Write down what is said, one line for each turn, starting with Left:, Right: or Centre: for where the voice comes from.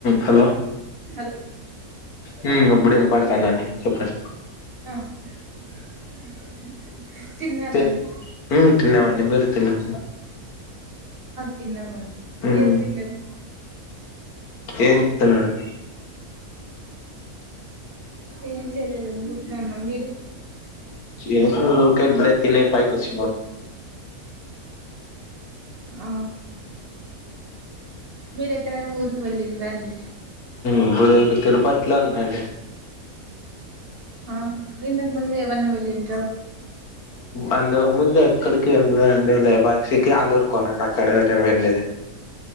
Left: హలో
Right: హలో
Left: ఇప్పుడు నేను పాడతానండి చెప్పండి
Right: ఆ <inaudible> తిన్నారండి
Left: తిన్నావండి మీరు తిన్నామండి
Right: తన్నందంది
Left: హ్మ్
Right: ఏను తిన్నరు
Left: ఏం చెస్తా మేడం
Right: ఏ చేలేదుం చంటున్నా ఉన్నా మీరు
Left: ఏ తిన పకిచ్చ
Right: ఆ మీర ఎక్కడైనా ఊరికి వెళ్ళింట రండి
Left: ఇప్పుడు తిరుపతిలో ఉన్నాండి
Right: ఆ ఇందకు్ ముందే ఎవన్నా వెళ్ళింది
Left: అంతకు ముందు ఎక్కడికి వెళ్ళండి లేపా శకి అలురుకోనా కక్కడట వండది